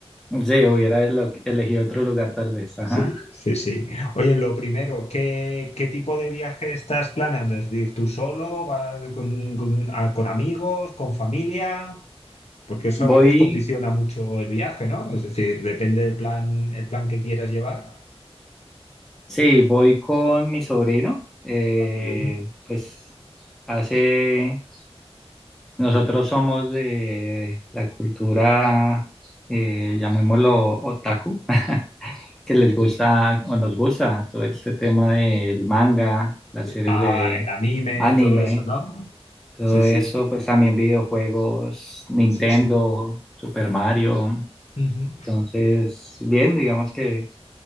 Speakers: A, in the centre; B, on the left.
A: Sí, hubiera elo- elegido otro lugar tal vez. Ajá.
B: Sí, sí, sí. Oye, lo primero, ¿qué, qué tipo de viaje estás planeando? ¿Es decir, tú solo? ¿Vas con, con- a- con amigos? ¿Con familia? Porque eso
A: Voy,
B: a veces condiciona mucho el viaje, ¿no? Es decir, depende del plan, el plan que quieras llevar,
A: sí, voy con mi sobrino. eh,
B: Ah, muy bien.
A: pues hace, nosotros somos de la cultura, eh, llamémoslo otaku, <laughs> que les gusta o nos gusta todo este tema del manga, las series
B: ah,
A: de
B: el anime,
A: anime.
B: todo eso, ¿no?
A: Todo
B: Sí, sí,
A: eso, pues también videojuegos, Nintendo,
B: sí, sí,
A: Super Mario.
B: Ujú.
A: Entonces, bien, digamos que